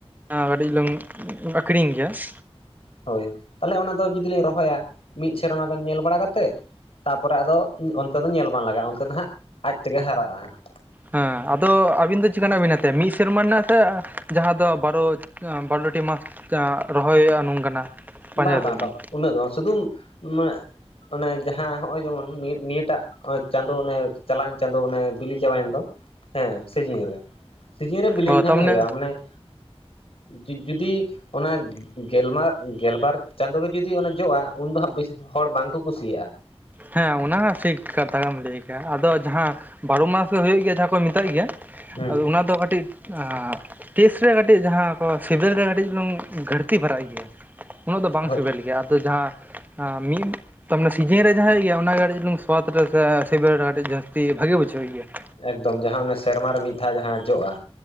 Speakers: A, on the right; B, on the left.
A: ᱦᱟᱸ ᱠᱟᱴᱤᱡ ᱞᱟᱝ ᱟᱠᱷᱲᱤᱝ ᱜᱮᱭᱟ ᱾
B: ᱦᱚᱭ, ᱛᱟᱦᱚᱞᱮ ᱚᱱᱟ ᱫᱚ ᱡᱩᱫᱤ ᱞᱤᱧ ᱨᱚᱦᱚᱭᱟ ᱢᱤᱫ ᱥᱮᱨᱢᱟ ᱜᱟᱱ ᱧᱮᱞ ᱵᱟᱲᱟ ᱠᱟᱛᱮᱫ ᱛᱟᱯᱚᱨᱮ ᱟᱫᱚ ᱚᱱᱛᱮ ᱫᱚ ᱧᱮᱞ ᱵᱟᱝ ᱞᱟᱜᱟᱜᱼᱟ ᱚᱱᱛᱮ ᱫᱚ ᱦᱟᱸᱜ ᱟᱡ ᱛᱮᱜᱮ ᱦᱟᱨᱟᱜᱼᱟ ᱾
A: ᱦᱮᱸ, ᱟᱫᱚ ᱟᱹᱵᱤᱱ ᱫᱚ ᱪᱮᱫ ᱠᱟᱱᱟᱜ ᱵᱤᱱ ᱦᱟᱛᱟᱭᱟ ᱢᱤᱫ ᱥᱮᱨᱢᱟ ᱨᱮᱱᱟᱜ ᱥᱮ ᱡᱟᱦᱟᱸ ᱫᱚ ᱵᱟᱨᱚ ᱟᱸ ᱵᱟᱞᱚᱴᱤ ᱢᱟᱥ ᱡᱟᱸᱦᱟ ᱨᱚᱦᱚᱭ ᱦᱳᱭᱳᱜᱼᱟ ᱱᱚᱝᱠᱟᱱᱟᱜ? ᱯᱟᱸᱡᱟᱭ
B: ᱵᱟᱝ
A: ᱫᱟᱵᱤᱱ
B: ᱵᱟᱝ ᱵᱟᱝ ᱩᱱᱟᱹᱜ ᱫᱚ ᱵᱟᱝ, ᱥᱩᱫᱩ <inaudible> ᱚᱱᱮ ᱡᱟᱦᱟᱸ ᱦᱚᱜᱼᱚᱭ ᱡᱮᱢᱚᱱ ᱱᱚᱭᱟᱹ ᱱᱤᱭᱟᱹᱴᱟᱜ ᱾ ᱪᱟᱸᱫᱚ ᱚᱱᱮ ᱪᱟᱞᱟᱣᱮᱱ ᱪᱟᱸᱫᱚ ᱚᱱᱮ ᱵᱤᱞᱤ ᱪᱟᱵᱟᱭᱮᱱ ᱫᱚ, ᱦᱮᱸ ᱥᱤᱡᱤᱱ ᱨᱮ, ᱥᱤᱡᱤᱱ ᱨᱮ ᱵᱤᱞᱤ
A: ᱚ
B: ᱞᱮᱱᱠᱷᱟᱱ
A: ᱛᱟᱨᱢᱟᱱᱮ
B: ᱜᱮ ᱦᱩᱭᱩᱜᱼᱟ, ᱢᱟᱱᱮ ᱡᱩ-ᱡᱩᱫᱤ ᱚᱱᱟ ᱜᱮᱞᱢᱟᱨ ᱜᱮᱞᱵᱟᱨ ᱪᱟᱸᱫᱳ ᱜᱮ ᱡᱩᱫᱤ ᱚᱱᱮ ᱡᱚᱜᱼᱟ, ᱩᱱᱫᱚ ᱦᱟᱸᱜ ᱵᱮᱥᱤ ᱦᱚᱲ ᱵᱟᱝᱠᱚ ᱠᱩᱥᱤᱭᱟᱜᱼᱟ ᱾
A: ᱦᱮᱸ ᱚᱱᱟ ᱦᱚᱸ ᱴᱷᱤᱠ ᱠᱟᱛᱷᱟ ᱜᱮᱢ ᱞᱟᱹᱭ ᱠᱟᱜᱼᱟ, ᱟᱫᱚ ᱡᱟᱦᱟᱸ ᱵᱟᱨᱚ ᱢᱟᱥ ᱜᱮ ᱦᱳᱭᱳᱜ ᱜᱮᱭᱟ ᱡᱟᱦᱟᱸ ᱠᱚ ᱢᱮᱛᱟᱜ ᱜᱮᱭᱟ,
B: ᱦᱩᱸ
A: ᱟᱫᱚ ᱚᱱᱟ ᱫᱚ ᱠᱟᱹᱴᱤᱡ ᱟᱻ ᱴᱮᱥ ᱨᱮ ᱠᱟᱹᱴᱤᱡ ᱡᱟᱦᱟᱸ ᱠᱚ ᱥᱮᱵᱮᱞ ᱨᱮ ᱠᱟᱹᱴᱤᱡ ᱪᱩᱞᱩᱝ ᱜᱷᱟᱹᱲᱛᱤ ᱯᱟᱨᱟᱜ ᱜᱮᱭᱟ ᱾ ᱩᱱᱟᱹᱜ ᱫᱚ ᱵᱟᱝ
B: ᱦᱳᱭ
A: ᱥᱮᱵᱮᱞ ᱜᱮᱭᱟ, ᱟᱫᱚ ᱡᱟᱦᱟᱸ ᱟᱸ ᱢᱤᱫ ᱛᱟ ᱢᱟᱱᱮ ᱥᱤᱡᱤᱱ ᱨᱮ ᱡᱟᱦᱟᱸ ᱜᱮᱭᱟ ᱚᱱᱟᱜᱮ ᱠᱟᱹᱴᱤᱡ ᱪᱩᱞᱩᱝ ᱥᱚᱣᱟᱛ ᱨᱮ ᱥᱮ ᱥᱮᱵᱮᱞ ᱨᱮ ᱠᱟᱹᱴᱤᱡ ᱡᱟᱹᱥᱛᱤ ᱵᱷᱟᱜᱮ ᱵᱩᱡᱷᱟᱹᱣ ᱜᱮᱭᱟ ᱾
B: ᱮᱠᱫᱚᱢ ᱡᱟᱦᱟᱸ ᱚᱱᱮ ᱥᱮᱨᱢᱟ ᱨᱮ ᱢᱤᱫ ᱫᱷᱟᱣ ᱡᱟᱦᱟᱸ ᱡᱚᱜᱼᱟ